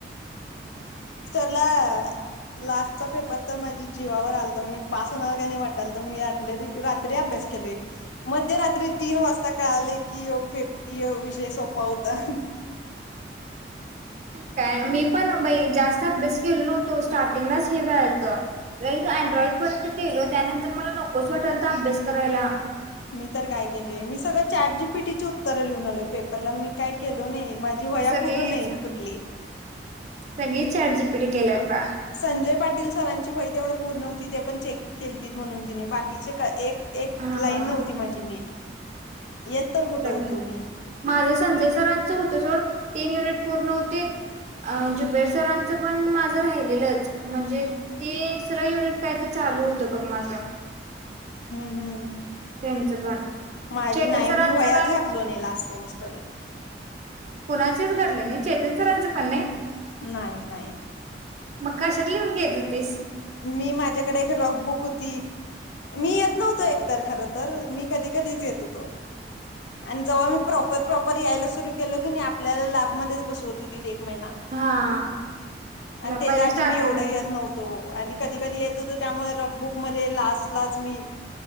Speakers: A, on the left; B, on the right.
A: आपला. लास्टचा पेपर तर माझी जीवावर आलतां मी पास होणार का नाही वाटाल त मी आदल्या दिव रात्री अभ्यास केले. मध्यरात्री तीन वाजता कळाले की यो पेप यो विषय सोपा होता. <inaudible>
B: काय मी पण बई जास्त अभ्यास केलो नव्हतो स्टार्टिंगलाच हे झालत. रइज अँड्रॉइड पर्यंत केलो त्यानंतर मला नकोच वाटाल त अभ्यास करायला.
A: मी तर काय केलय मी सगळं चॅटजीपिटी ची उत्तर लिहून आलोय पेपरला मी काय केलो नाही माझ. जी वह्या
B: सगळीच
A: पूर्ण नाहीत कुठली.
B: सगळी चाट जी पिटी केल्यात का?
A: संजय पाटील सरांची वही तेवढं पूर्ण होती ते पण चेक केलती म्हणून तिने बाकीचे का एक एक
B: हा
A: लाईन नव्हती माझी नीट येत तर कुठं
B: सगळं
A: होतो मी.
B: माझं संजय सरांचं होतं जवळ तीन युनिट पूर्ण होतीत. अ जुबेर सरांचं पण माझं राहिलेलंच म्हणजे. तीसरं युनिट काय त चालू होतं बघ माझं.
A: हूं हूं
B: त्यांचं पण
A: माझी
B: चेतन
A: नाही
B: सरांचं
A: मी वह्यां
B: काय
A: च घातलो नाही लास्ट सेमिस्टरला.
B: कुणाचेच भरले नाही चेतन सरांच पण नाही.
A: नाही नाही.
B: मग कशात लिहून घेत होतीस.
A: मी माझ्याकडे एक रफबुक होती. मी येत नव्हतो एकतर खर तर मी कधी कधीच येत होतो. आणि जव्हा मी प्रॉपर प्रॉपर यायला सुरु केल की नाही आपल्याला लॅबमध्येच बसवत होती ते एक महिना.
B: हा
A: आण त्याच्या
B: पहिला
A: आधी
B: स्टार्टिंग
A: मी एवढं येत नव्हतो. आणि कधी कधी येत होत, त्यामुळे रफबुक मध्ये लास्ट लाच मी.